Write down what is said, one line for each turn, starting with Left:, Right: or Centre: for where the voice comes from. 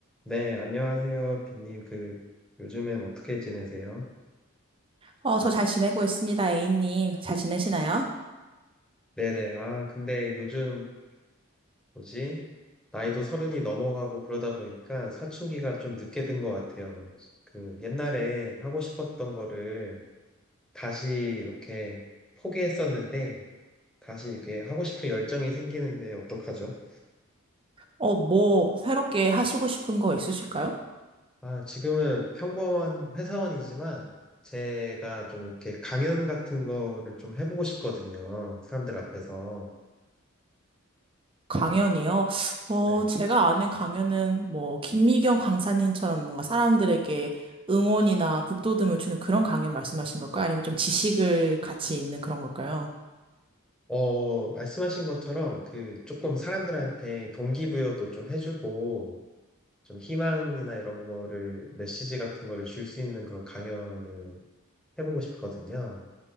Centre: 네, 안녕하세요, 빈님. 그, 요즘엔 어떻게 지내세요?
Right: 어, 저 잘 지내고 있습니다, A님. 잘 지내시나요?
Centre: 네네. 아, 근데 요즘, 뭐지? 나이도 서른이 넘어가고 그러다 보니까 사춘기가 좀 늦게 든 것 같아요. 그, 옛날에 하고 싶었던 거를 다시 이렇게 포기했었는데, 다시 이렇게 하고 싶은 열정이 생기는데 어떡하죠?
Right: 어, 뭐, 새롭게 하시고 싶은 거 있으실까요?
Centre: 아, 지금은 평범한 회사원이지만, 제가 좀 이렇게 강연 같은 거를 좀 해보고 싶거든요. 사람들 앞에서.
Right: 강연이요? 어,
Centre: 네.
Right: 제가 아는 강연은 뭐, 김미경 강사님처럼 뭔가 사람들에게 응원이나 북돋움을 주는 그런 강연 말씀하신 걸까요? 아니면 좀 지식을 같이 있는 그런 걸까요?
Centre: 어, 말씀하신 것처럼 그 조금 사람들한테 동기부여도 좀 해주고 좀 희망이나 이런 거를 메시지 같은 거를 줄 수 있는 그런 강연을 해보고 싶거든요.